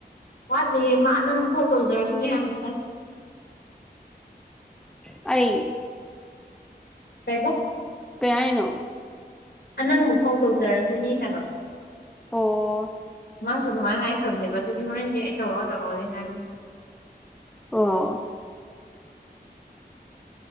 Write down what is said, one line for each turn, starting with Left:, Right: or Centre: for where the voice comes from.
Left: ꯋꯥꯠꯂꯤ ꯃꯥ ꯅꯪ ꯐꯥꯎ ꯇꯧꯖꯔꯁꯨꯅꯦ ꯍꯥꯏꯅꯤꯗꯪ
Centre: ꯑꯩ
Left: ꯀꯕꯣ
Centre: ꯀꯩ ꯍꯥꯏꯅꯣ
Left: ꯑꯅꯪꯕ ꯐꯥꯎ ꯇꯧꯖꯔꯁꯤꯅꯤ ꯍꯥꯏꯕ
Centre: ꯑꯣ
Left: ꯃꯥꯁꯨ ꯑꯗꯨꯃꯥꯏꯅ ꯍꯥꯏꯈ꯭ꯔꯕꯅꯦꯕ ꯑꯗꯨꯗꯤ ꯍꯣꯔꯦꯟꯗꯤ ꯑꯩ ꯇꯧꯔꯛꯑꯣ ꯇꯧꯔꯛꯑꯣꯅꯦ ꯍꯥꯏꯕ
Centre: ꯑꯣ